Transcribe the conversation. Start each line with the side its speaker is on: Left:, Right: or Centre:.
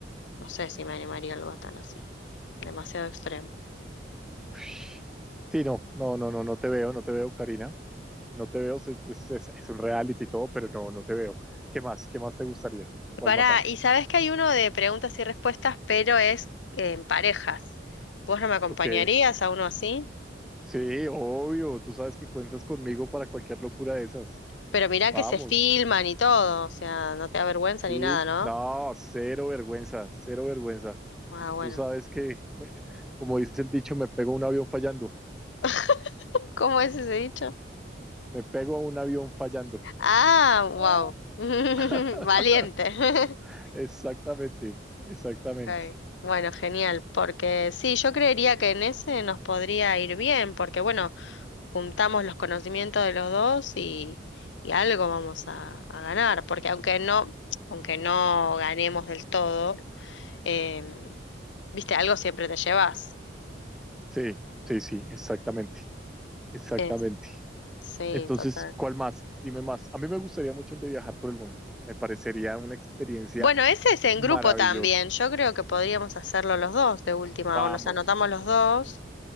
Left: No sé si me animaría a algo tan así, demasiado extremo.
Centre: Ush. Sí, no, no, no, no, no te veo, no te veo, Karina. No te veo, se- es, es- es un reality y todo, pero no, no te veo. ¿Qué más? ¿Qué más te gustaría? ¿Cuál
Left: Pará,
Centre: más hay?
Left: y sabes que hay uno de preguntas y respuestas, pero es eh, en parejas. ¿Vos no me acompañarías
Centre: Ok.
Left: a uno así?
Centre: Sí, obvio, tú sabes que cuentas conmigo para cualquier locura de esas.
Left: Pero mirá
Centre: Vamos,
Left: que se filman y todo, o sea, no te da vergüenza
Centre: sí,
Left: ni nada, ¿no?
Centre: no, cero vergüenza, cero vergüenza.
Left: Ah, bueno.
Centre: Tú sabes que, me- como dice el dicho, me pego a un avión fallando,
Left: <laughs> ¿Cómo es ese dicho?
Centre: me pego a un avión fallando.
Left: Ah,
Centre: Oh.
Left: wow. <laughs> Valiente.
Centre: <laughs>
Left: <laughs>
Centre: Exactamente, exactamente.
Left: Ok, Bueno, genial, porque sí, yo creería que en ese nos podría ir bien, porque bueno, juntamos los conocimientos de los dos y, y algo vamos a, a ganar, porque aunque no, aunque no ganemos del todo, em, viste, algo siempre te llevas.
Centre: Sí, sí, sí, exactamente, exactamente.
Left: Eh, sí,
Centre: Entonces,
Left: total.
Centre: ¿cuál más? Dime más. A mí me gustaría mucho el de viajar por el mundo. Me parecería una experiencia
Left: Bueno, ese es en
Centre: maravillosa.
Left: grupo también. Yo creo que podríamos hacerlo los dos de última,
Centre: Vamos.
Left: o nos anotamos los dos